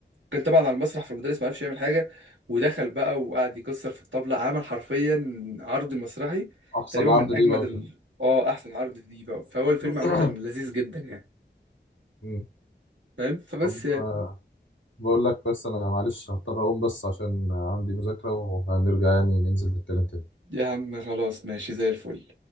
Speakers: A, on the right; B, on the left.
A: كان طبعا على المسرح فالمدرس ما عرفش يعمل حاجه ودخل بقى وقعد يكسر في الطبله عمل حرفيا عرض مسرحي
B: احسن
A: تقريبا
B: عرض
A: من
B: ليه
A: اجمد
B: بقى وكده.
A: ال... اه احسن عرض دي بقى فهو الفيلم
B: <clears throat>
A: عامه لذيذ جدا يعني
B: مم.
A: فاهم فبس
B: طب
A: يعني
B: آه، بقول لك بس انا معلش هضطر اقوم بس عشان عندي مذاكرة وهنرجع يعني ننزل نتكلم تاني
A: يا عم خلاص ماشي زي الفل